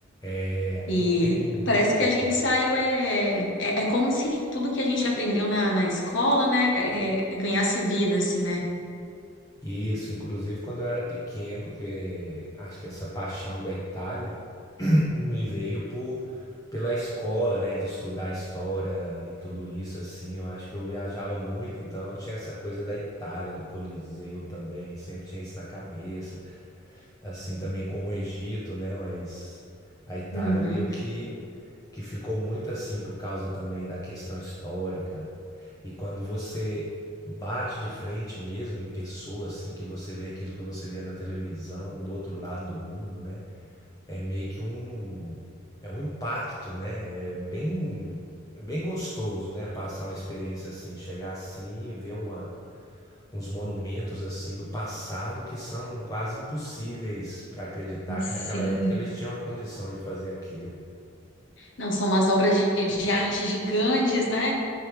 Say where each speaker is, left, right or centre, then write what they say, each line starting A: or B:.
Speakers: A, on the left (about 15°); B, on the left (about 65°).
A: É, aqui
B: E
A: tem muita
B: parece
A: cultura.
B: que a gente saiu, é, é, é como se tudo que a gente aprendeu na, na escola, né, é- é ganhasse vida, assim, né?
A: Isso, inclusive quando eu era pequeno, que acho que essa paixão da Itália <clears throat> me veio por pela escola, né, de estudar história e tudo isso assim. Eu acho que eu viajava muito, então eu tinha essa coisa da Itália, do Coliseu também, sempre tinha isso na cabeça assim também como o Egito, né? Mas a Itália
B: Uhum.
A: meio que que ficou muito assim por causa também da questão histórica. E quando você bate de frente mesmo em pessoa, assim, que você vê aquilo que você via na televisão um do outro lado do mundo, né? É meio que um é um impacto, né? É bem é bem gostoso, né? Passar uma experiência assim, chegar assim e ver uma uns monumentos assim do passado que são quase impossíveis para acreditar
B: Sim.
A: que naquela época eles tinham a condição de fazer aquilo.
B: Não, são umas obras de, de arte gigantes, né?